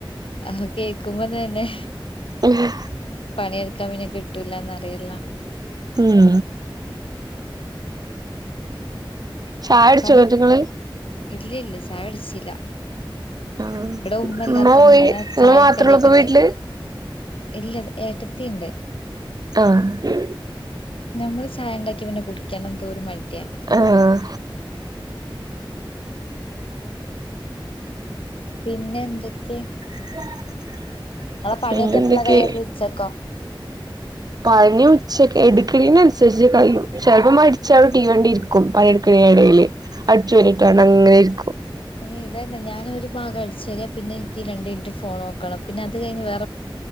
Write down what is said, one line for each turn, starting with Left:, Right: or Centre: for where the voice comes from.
Left: ആഹ് കേക്കുമ്പോതൊന്നെ
Right: <unintelligible>
Left: പണിയെടുക്കാൻ പിന്നെ കിട്ടൂലാന്ന് അറിയല്ലോ.
Right: ഉം ചായ കുടിച്ചോ
Left: പണി
Right: എന്നിട്ട് ഇങ്ങള്
Left: ഇല്ല ഇല്ല ചായാകുട്ച്ചില.
Right: ആഹ്
Left: ഇബടെ ഉമ്മല്ലാത്തോണ്ട്
Right: ഉമ്മ പോയി
Left: ഞാന
Right: ഇങ്ങള്
Left: ചായിം
Right: മാത്രേ
Left: കടിയൊക്കെ
Right: ഉള്ളൂ ഇപ്പൊ
Left: ഇണ്ടാക്കിയെ.
Right: വീട്ടില്
Left: ഇല്ല ഏട്ടത്തിയിണ്ട്.
Right: ആഹ്
Left: ഞമ്മള് ചായഇണ്ടാക്കിയ പിന്നെ കുടിക്കൻ എന്തോരുമടിയ.
Right: ആഹ്
Left: പിന്നെ എന്തൊക്കെ?
Right: <inaudible>
Left: ഇങ്ങളെ പണിയൊക്കെ
Right: പിന്നെന്തൊക്കെ
Left: എപ്പളാ കൈയ്യെല് ഉച്ചക്കോ?
Right: പണി ഉച്ച എടുക്ക്ണീന് നുസരിച് കയ്യും ചെല്പ്പ്പം മടിച്ചവി ടീവി കണ്ട് രിക്കും. ക്കും പണിട്ക്ണി എടയില് അടിച്ചുഓരിട്ടാണ്ട് അങ്ങനെഇരിക്കും.
Left: അനി ഇതന്ന ഞാനൊ ഒരു ഭാഗം അടിച്ചവേര പിന്നെ ഇന്ക്ക രണ്ടു മിനിറ്റ് ഫോൺ നോക്കണം പിന്നെ അത് കഴിഞ് വേ